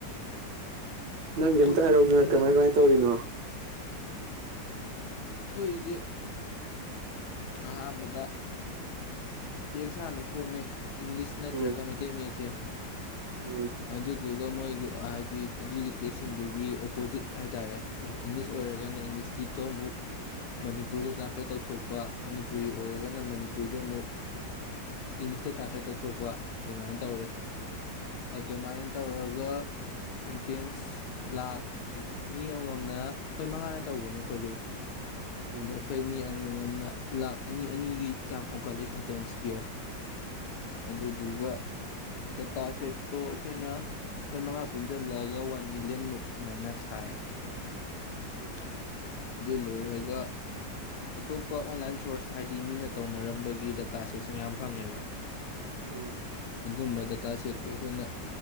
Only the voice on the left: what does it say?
ꯑꯩꯈꯣꯏꯁꯨ
ꯑꯗꯨꯃꯥꯏꯅ
ꯑꯩꯈꯣꯏꯁꯦ ꯑꯍꯥꯟꯕꯗ ꯇꯦꯛꯁ ꯍꯥꯟꯅ ꯈꯣꯝꯃꯦ ꯏꯪꯂꯤꯁ ꯅꯠꯇ꯭ꯔꯒ
ꯃꯩ ꯇꯩ ꯃꯌꯦꯛꯁꯦ
ꯑꯗꯨꯗꯨꯒ ꯃꯣꯏꯒꯤ ꯍꯥꯏꯗꯤ ꯑꯗꯨꯒꯤ ꯇꯦꯛꯁꯁꯤꯡꯗꯨꯒꯤ ꯑꯣꯄꯣꯖꯤꯠ ꯍꯥꯏꯇꯥꯔꯦ ꯏꯪꯂꯤꯁ ꯑꯣꯏꯔꯒꯅ ꯏꯪꯂꯤꯁꯀꯤꯇꯣ ꯑꯃꯨꯛ ꯃꯅꯤꯄꯨꯔꯤꯗ ꯇ꯭ꯔꯥꯟꯁꯂꯦꯠ ꯇꯧꯊꯣꯛꯄ ꯃꯅꯤꯄꯨꯔꯤ ꯑꯣꯏꯔꯒꯅ ꯃꯅꯤ ꯃꯅꯤꯄꯨꯔꯤꯗꯥ ꯑꯃꯨꯛ ꯏꯪꯂꯤꯁꯇ ꯇ꯭ꯔꯥꯟꯁꯂꯦꯠ ꯇꯧꯊꯣꯛꯄ ꯑꯗꯨꯃꯥꯏꯅ ꯇꯧꯔꯦ ꯑꯗꯨꯃꯥꯏꯅ ꯇꯧꯔꯒ ꯁꯦꯟꯇꯦꯟꯁ ꯂꯥ ꯃꯤ ꯑꯃꯃꯝꯅ ꯑꯩꯈꯣꯏ ꯃꯉꯥꯅ ꯇꯧꯕꯅꯦ ꯄ꯭ꯔꯣꯖꯦꯛ ꯑꯗꯣ ꯑꯩꯈ
ꯑꯩꯈꯣꯏ ꯃꯤ ꯑꯃꯃꯝꯅ ꯂꯥꯛ ꯑꯅꯤ ꯑꯅꯤꯒꯤ ꯆꯥꯡ ꯈꯣꯡꯝꯈꯠꯂꯤ ꯁꯟꯇꯦꯟꯁ ꯄꯤꯔꯒꯥ ꯑꯗꯨꯗꯨꯒ ꯗꯥꯇꯥ ꯁꯦꯠ ꯑꯗꯣ ꯑꯩꯈꯣꯏꯅ ꯑꯩꯈꯣꯏ ꯃꯉꯥ ꯄꯨꯟꯁꯤꯜꯂꯛꯒ ꯋꯥꯟ ꯃꯤꯂꯤꯌꯟꯃꯨꯛ ꯑꯗꯨꯃꯥꯏꯅ ꯁꯥꯏ <inaudible>
ꯑꯗꯨ ꯂꯣꯏꯔꯒ ꯑꯇꯣꯞꯄ ꯑꯣꯟꯂꯥꯏꯟ ꯁꯣꯔꯁ ꯍꯥꯏꯗꯤ ꯃꯤꯅ ꯇꯧꯅꯔꯝꯕꯒꯤ ꯗꯇꯥꯁꯦꯁꯨ ꯃꯌꯥꯝ ꯐꯪꯉꯦꯕ
ꯑꯗꯨꯝꯕ ꯗꯇꯥ ꯁꯦꯠꯇꯨ ꯑꯩꯈꯣꯏꯅ